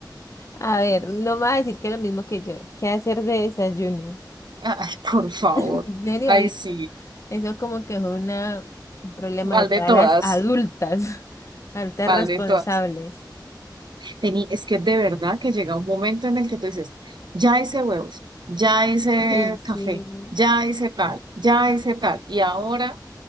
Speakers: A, on the left; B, on the right.
A: A ver, no me vas a decir que es lo mismo que yo. ¿Qué hacer de desayuno?
B: Ay, por favor.
A: <laughs> En serio,
B: Ay,
A: y
B: sí,
A: eso como que fue una, un problema
B: mal
A: de todas
B: de todas,
A: las adultas, <laughs> adultas
B: mal
A: responsables.
B: de todas. Tení- es que de verdad que llega un momento en el que tú dices, ya hice huevos, ya hice
A: Ay, sí.
B: café, ya hice tal, ya hice tal, y ahora